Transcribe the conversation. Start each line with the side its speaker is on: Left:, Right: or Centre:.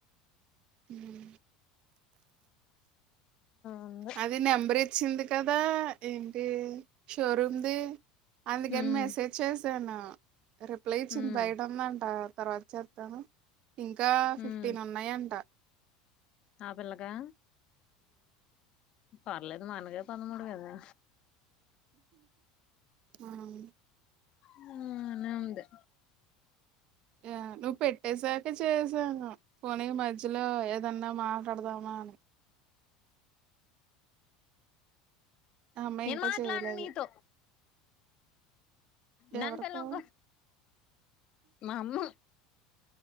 Right: ఉమ్
Left: ఉంది
Right: అది నెంబర్ ఇచ్చింది కదా ఏంటి షోరూమ్ది అందుకని
Left: ఉమ్
Right: మెసేజ్ చేశాను రిప్లై ఇచ్చింది
Left: ఉమ్
Right: బయటుందంట తర్వాత చేత్తాను ఇంకా ఫిఫ్టీన్
Left: ఉమ్
Right: ఉన్నాయంట
Left: ఆ పిల్లకా? పర్లేదు మనకే పదమూడు గదే
Right: ఉమ్
Left: హూమ్ బానే ఉంది
Right: యా నువ్వు పెట్టేశాకే చేశాను పోనీ మధ్యలో ఏదన్నా మాట్లాడదామా అని ఆ అమ్మాయి
Left: నేను
Right: ఇంకా
Left: మాట్లాడను
Right: చేయలేదు
Left: నీతో దంతల్
Right: ఎవరితో
Left: తొంకొ మా అమ్మ